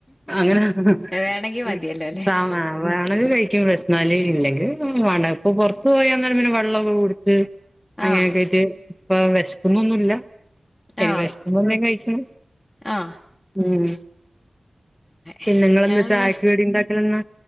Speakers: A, in the centre; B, on the left (about 20°).
A: അങ്ങനെ <unintelligible>
B: വേണെങ്കി മതിയല്ലോ അല്ലെ
A: <unintelligible> കഴിക്കും വെശ്ന്നാല് ഇല്ലെങ്കി മണ ഇപ്പൊ പൊറത്ത് പോയി വന്നാ പിന്നെ വെള്ളോക്കെ കുടിച്ച് അങ്ങനൊക്കെ
B: ആഹ്
A: ആയിട്ട് ഇപ്പ വെശക്കുന്നൊന്നുല്ല എനി
B: ആഹ്
A: വെശ്ക്കുമ്പോ എന്തേലും കഴിക്കും
B: ആഹ്
A: ഉം
B: <unintelligible>
A: പിന്നെ നിങ്ങളെന്താ
B: ഞാൻ പിന്നെ
A: ചായക്ക് കടി ഇണ്ടാക്കലെന്നാ